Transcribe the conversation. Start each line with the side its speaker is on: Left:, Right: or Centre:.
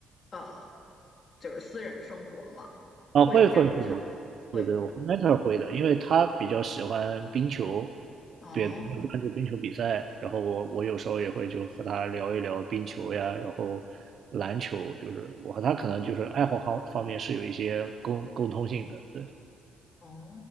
Left: 呃，就是私人生活嘛，
Right: 啊，
Left: 会有这种交流，
Right: 会会会，
Left: 会
Right: 对对，我 mentor 会的，因为他比较喜欢冰球，
Left: 哦
Right: 也比较关注冰球比赛，然后我我有时候也会就和他聊一聊冰球呀，然后篮球，就是我和他可能就是爱好方方面是有一些共共通性的，对，
Left: 哦，